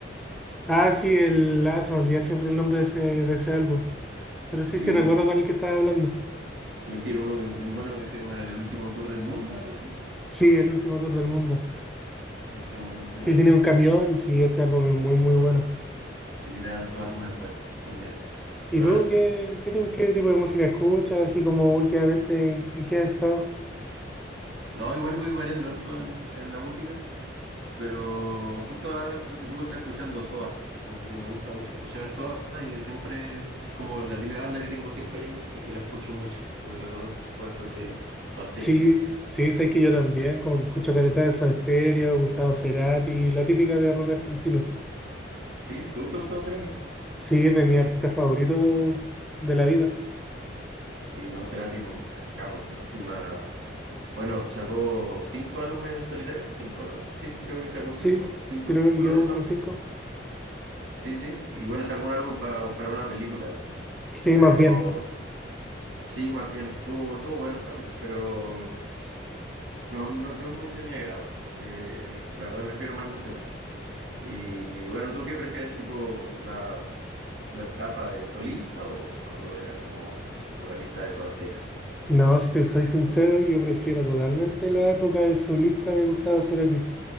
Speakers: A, in the centre; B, on the right (about 75°).
A: Ah, sí, el... Ah, se me olvida siempre el nombre de ese, de ese álbum. Pero sí,
B: Sí,
A: sí,
B: igual,
A: recuerdo cuál es el que estaba hablando.
B: igual tiene uno que es bien bueno que se llama El Último Tour del Mundo, algo así.
A: Sí, el último tour del mundo.
B: Sí, está bueno ese
A: Que
B: álbum.
A: tiene un camión, sí, ese álbum es muy, muy bueno.
B: Sí, tiene sus álbumes buenos también. Sí,
A: ¿Y
B: mal.
A: tú qué, qué, tú- qué tipo de música escuchas? Así como últimamente, ¿en, en qué has estado?
B: No, igual voy variando harto en, en la música. Pero justo ahora, hasta hace poco estaba escuchando Soda. Como que me gusta mucho escuchar Soda y siempre es como la típica banda que tengo siempre ahí y que la escucho mucho. Como que la conozco bastante bien. Soda Stereo.
A: Sí, sí, sé que yo también, como que escucho caleta de Soda Stereo, Gustavo Cerati, la típica de rock argentino.
B: ¿Sí? ¿Te gusta Gustavo Cerati?
A: Sí, es de mis artistas favoritos de la vida.
B: Sí, no, Cerati es un capo. Encima, bueno, sacó cinco álbumes en solitario. Cinco, ¿no? Sí, creo que sacó
A: Sí,
B: cinco. Cinco
A: si no me equivoco
B: colores santos.
A: son cinco.
B: Sí, sí. Y bueno, sacó un álbum pa- para una película también.
A: Sí,
B: Pero
A: más bien.
B: sí, más bien, tuvo, tuvo buenos álbumes, pero. No, no, no es muy de mi agrado, porque la verdad prefiero más los demás. Y, y bueno, ¿tú qué prefieres, tipo, la, la etapa de solista o cuando era como vocalista de Soda Stereo?
A: No, si te soy sincero, yo prefiero totalmente la época de solista de Gustavo Cerati.